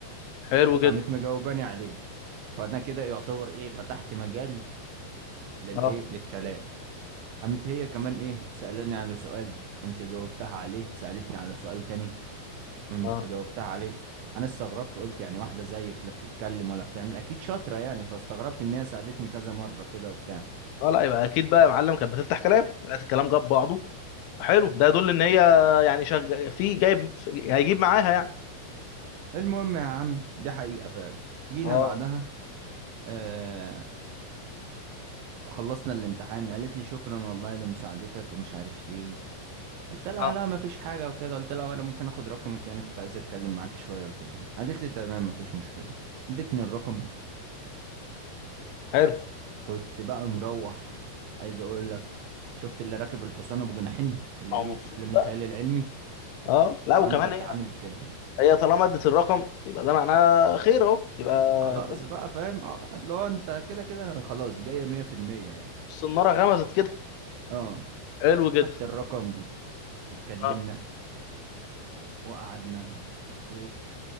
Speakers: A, on the left (about 85°); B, on the right (about 80°).
A: حلو
B: فقامت
A: جدا
B: مجاوباني عليه فانا كده يعتبر ايه فتحت مجال للايه
A: اه
B: للكلام قامت هي كمان ايه سالاني على سؤال قمت جاوبتها عليه سالتني على سؤال تاني قمت
A: اه
B: جاوبتها عليه انا استغربت قلت يعني واحده زيك لا بتتكلم ولا بتعمل اكيد شاطره يعني فاستغربت ان هي سالتني كذا مره كده وبتاع
A: اه لا يبقى اكيد بقى يا معلم كانت بتفتح كلام لقيت الكلام جاب بعضه حلو ده يدل ان هي يعني شغ... في جايب هيجيب معاها يعني
B: المهم يا عم دي حقيقه فعلا جينا
A: اه
B: بعدها آه خلصنا الامتحان قالت لي شكرا والله لمساعدتك ومش عارف ايه قلت لها
A: اه
B: لا ما فيش حاجة وكده قلت لها وانا ممكن اخد رقمك يعني كنت عايز اتكلم معاك شوية وكده قالت لي تمام ما فيش مشكلة ادتني الرقم
A: حلو
B: كنت بقى مروح عايز اقول لك شفت اللي راكب الحصان ابو جناحين اللي
A: او
B: بيجي
A: مبسوط
B: في افلام الخيال
A: بقى
B: العلمي
A: اه لا
B: انا
A: وكمان
B: كنت
A: هي
B: عامل كده
A: هي طالما ادت الرقم يبقى ده معناه خير اهو يبقى
B: خلاص
A: الدنيا
B: بقى فاهم اه اللي هو انت كده كده خلاص جاية مية في المية يعني
A: الصناره غمزت كده
B: اه
A: حلو جدا
B: خدت الرقم واتكلمنا
A: اه
B: وقعدنا و